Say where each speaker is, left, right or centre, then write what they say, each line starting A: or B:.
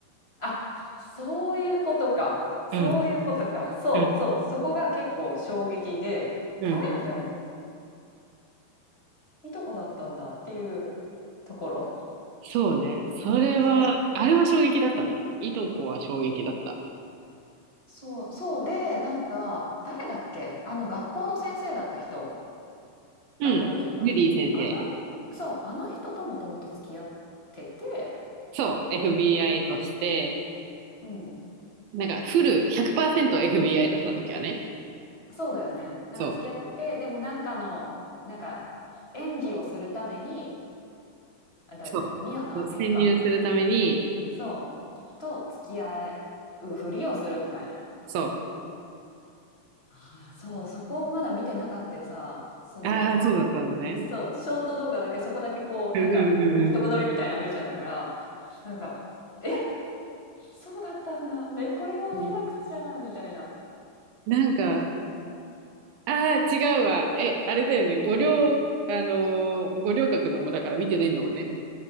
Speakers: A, on the left; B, on the right.
A: あそういうことかそういうことかそうそうそこが結構衝撃で「あれ?」みたいな
B: うん。うん。うん。
A: 「いとこだったんだ」っていうところ
B: そうね。それは、
A: そう
B: あれは衝撃だったね。いとこは衝撃だった。
A: そう、そうで、なんか、誰だっけあの、学校の先生だった人、
B: うん。
A: 外国人の。
B: ジュディ先生。
A: あの、そう、あの人ともともと付き合ってて、
B: そう。FBI として、
A: うん、
B: なんかフル 100%FBI だった時はね。
A: そうだよね。なんか付き合ってて、
B: そう。
A: でもなんかの、なんか、演技をするために、あ、誰だっけ宮野明美か。
B: そう。そう潜入するために、
A: そう、と付き合うふりをするみたいな。
B: そ
A: ああ、そう、そこをまだ見てなかってさ、その、
B: う。ああ、そうだったんだね。
A: そう、ショート動画だけそこだけこうなんかいいとこ取りみたいなの見ちゃったから
B: うんうんうんう
A: なんか「えそうだったんだめこれは見なくちゃ」みたいな
B: ん。うんなんか、ああ、違うわ。え、あれだよね。五稜、あのー五稜郭のもだから見てないんだもんね。